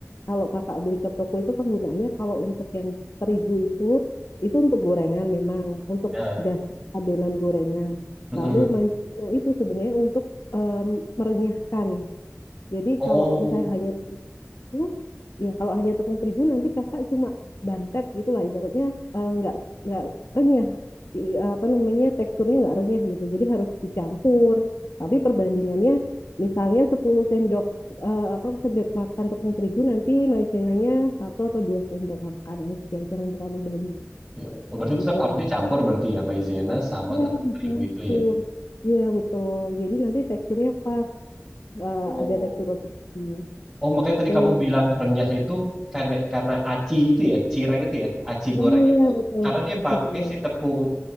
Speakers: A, on the left; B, in the centre.
A: kalau kakak beli ke toko itu penggunaannya kalau untuk yang terigu itu itu untuk gorengan memang untuk
B: Ya.
A: das adonan gorengan.
B: Mm-mm.
A: Lalu maizena itu sebenarnya untuk em, merenyahkan. Jadi
B: Oh.
A: kalau misalnya hanya Oh, ya kalau hanya tepung terigu nanti kakak cuma bantet gitulah ibaratnya eh, nggak nggak renyah I- apa namanya teksturnya nggak renyah gitu. Jadi harus dicampur. Tapi perbandingannya misalnya 10 sendok eh, apa sendok makan tepung terigu nanti maizenanya satu atau dua sendok makan aja, jangan terlalu banyak
B: Ya, oke. Oh, berarti
A: gitu.
B: tetap harus dicampur berarti ya maizena sama
A: Ya
B: tepung
A: dicampur.
B: terigu itu ya.
A: Iya betul. Jadi nanti teksturnya pas eh,
B: Oh.
A: ada tekstur roti gitu.
B: Oh, makanya
A: Betul.
B: tadi kamu bilang renyah itu karena karena aci itu ya, cireng itu ya, aci
A: Nah,
B: goreng
A: iya
B: itu
A: betul.
B: karena dia
A: Nasi
B: pakai
A: goreng.
B: si tepung